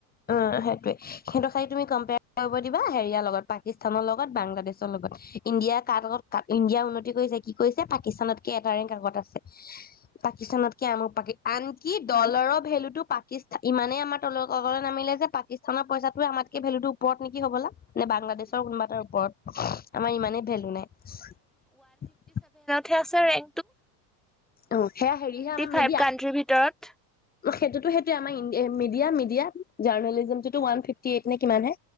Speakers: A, on the left; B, in the centre.
A: উম, সেইটোৱে সিহঁতক খালি তুমি কম্পেয়াৰ কৰিব দিবা হেৰিয়াৰ লগত পাকিস্তানৰ লগত বাংলাদেশৰ লগত ইণ্ডিয়াৰ কাৰ লগত কাৰ ইণ্ডিয়া উন্নত কি কৈছে কি কৈছে পাকিস্তানতকে এটা ৰেংক আগত আছে। পাকিস্তানত কিয়ামো পাকে আনকি ডলাৰৰ ভেলুটো পাকিস্তান ইমানেই আমাৰ তললৈকে নামিলে যে পাকিস্তানৰ পইচাটোৱে আমাতকে ভেলুটোৰ ওপৰত নেকি হ'বলা নে বাংলাদেশৰ কোনোবা এটাৰ উমহ ওপৰত আমাৰ ইমানেই ভেলু নাই।
B: হে আছেৰেং
A: অ সেয়া হেৰিহে আমাৰ
B: ফাইভ
A: মিডিয়া
B: কাণ্ট্ৰিৰ ভিতৰত
A: সেইটোতো সেইটোয়ে আমাৰ মিডিয়া মিডিয়া জাৰ্ণলিজমটোতো ৱান ফিফটি এইট নে কিমান হে